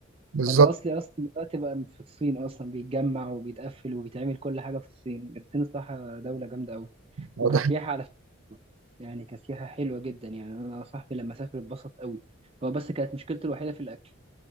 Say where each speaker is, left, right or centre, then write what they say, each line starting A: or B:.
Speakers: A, on the right; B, on the right.
A: بالظبط
B: فالأصلي أصلا دلوقتي بقى في الصين أصلا بيتجمع وبيتقفل وبيتعمل كل حاجة في الصين الصين الصراحة دولة جامدة أوي
A: اه
B: وكسياحة
A: ده حقيقي.
B: على فكرة يعني كسياحة حلوة جدا يعني أنا صاحبي لما سافر اتبسط أوي هو بس كانت مشكلته الوحيدة في الأكل